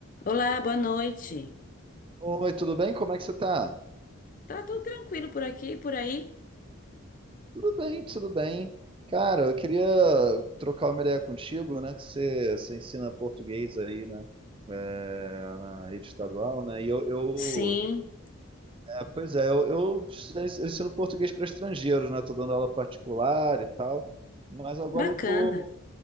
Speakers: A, on the left; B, on the right.
A: Olá, boa noite.
B: Oi, tudo bem? Como é que você tá?
A: Tá tudo tranquilo por aqui, e por aí?
B: Tudo bem, tudo bem. Cara, eu queria trocar uma ideia contigo, né? Que você, você ensina português aí, né? é, na rede estadual, né? E eu, eu
A: Sim,
B: é, pois é, eu, eu, eu ensino português para estrangeiros, né? Tô dando aula particular e tal. Mas agora
A: bacana.
B: eu tô,